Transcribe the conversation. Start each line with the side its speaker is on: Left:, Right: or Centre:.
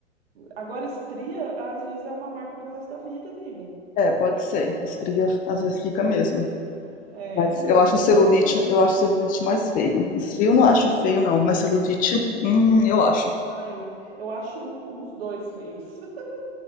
Right: Agora, estria, às vezes, é uma marca pro resto da vida, amiga.
Left: é, pode ser. Estria às vezes fica mesmo.
Right: É,
Left: Mas
Right: não,
Left: eu acho
Right: Deus
Left: celulite,
Right: me livre.
Left: eu acho celulite mais feio. E frio eu não acho feio, não, mas celulite, hum, eu acho.
Right: Ah, eu, eu acho o- os dois feios. <laughs>